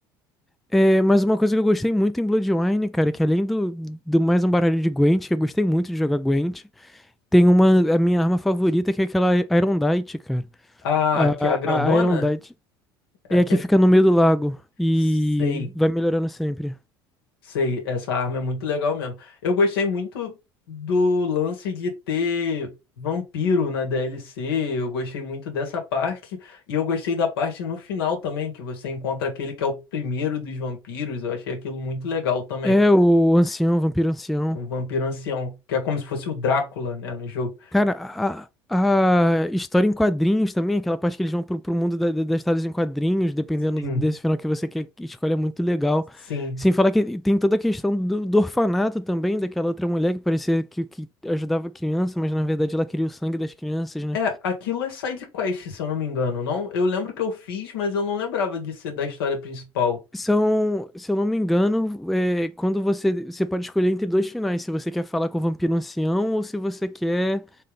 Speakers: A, in the centre; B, on the left.
A: É, mas uma coisa que eu gostei muito em Bloodwine, cara, é que além do, do mais um baralho de Gwent, que eu gostei muito de jogar Gwent, tem uma, a minha arma favorita, que é aquela Irondite, cara.
B: Ah,
A: A,
B: que é a grandona?
A: a, a Irondite
B: É
A: é
B: a que
A: a que
B: é...
A: fica no meio do lago e
B: Sei,
A: vai melhorando sempre.
B: sei, essa arma é muito legal mesmo. Eu gostei muito do lance de ter vampiro na DLC, eu gostei muito dessa parte, e eu gostei da parte no final também, que você encontra aquele que é o primeiro dos vampiros, eu achei aquilo muito legal também.
A: É o ancião, vampiro ancião.
B: É Um vampiro ancião, que é como se fosse o Drácula, né, no jogo.
A: Cara, a, a história em quadrinhos também, aquela parte que eles vão pro, pro mundo da- da- das histórias em quadrinhos, dependendo
B: Sim,
A: desse final que você quer que escolha, é muito legal.
B: sim.
A: Sem falar que tem toda a questão do, do orfanato também, daquela outra mulher que parecia que, que ajudava a criança, mas na verdade ela queria o sangue das crianças, né?
B: É, aquilo é side quest, se eu não me engano, não? Eu lembro que eu fiz, mas eu não lembrava de ser da história principal.
A: São, se eu não me engano, é, quando você, você pode escolher entre dois finais, se você quer falar com o vampiro ancião ou se você quer.